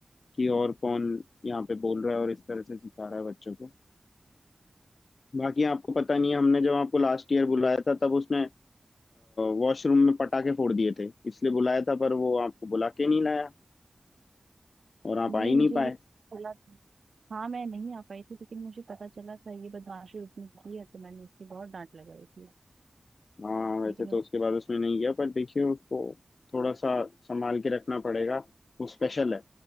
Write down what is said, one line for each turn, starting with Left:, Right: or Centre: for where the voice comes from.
Left: कि और कौन यहाँ पे बोल रहा है और इस तरह से सिखा रहा है बच्चों को बाकी आपको पता नहीं है हमने जब आपको लास्ट ईयर बुलाया था तब उसने वॉशरूम में पटाखे फोड़ दिए थे इसलिए बुलाया था पर वो आपको बुला के नहीं लाया और आप
Right: नहीं
Left: आ ही
Right: मुझे
Left: नहीं पाए
Right: ये चला हाँ मैं नहीं आ पाई थी लेकिन मुझे पता चला था ये बदमाशी उसने की है तो मैंने उसकी बहुत डांट लगाई थी
Left: हाँ वैसे
Right: लेकिन
Left: तो
Right: उस
Left: उसके बाद उसमें नहीं गया पर देखिए उसको थोड़ा सा संभाल के रखना पड़ेगा वो स्पेशल है